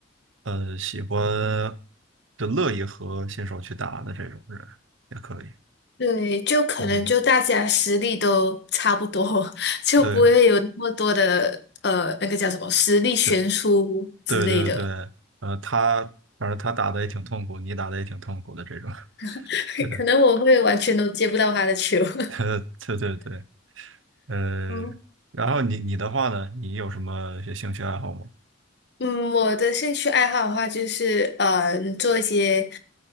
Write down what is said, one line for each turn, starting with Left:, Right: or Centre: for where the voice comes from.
Right: 呃喜欢就乐意和新手去打的这种人也可以。
Left: 对，就可能就大家实力都差不多，
Right: 嗯，
Left: <laughs> 就不会有那么多的呃那个叫什么实力悬殊之类的，
Right: 对对对对对，呃，他反正他打的也挺痛苦，你打的也挺痛苦的这种。<laughs>
Left: <laughs>
Right: 对，对，
Left: 可能我会完全都接不到他的球。<laughs>
Right: 呃对对对，呃，
Left: 嗯
Right: 然后你你的话呢，你有什么一些兴趣爱好吗？
Left: 嗯，我的兴趣爱好的话，就是呃做一些